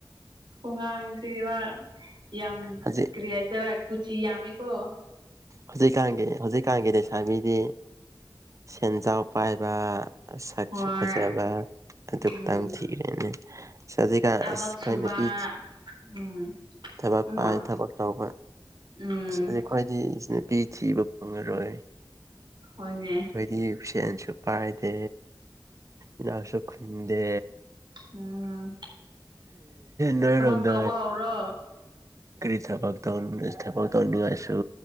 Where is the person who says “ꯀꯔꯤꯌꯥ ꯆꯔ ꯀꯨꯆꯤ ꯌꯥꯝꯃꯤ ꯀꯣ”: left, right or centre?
Right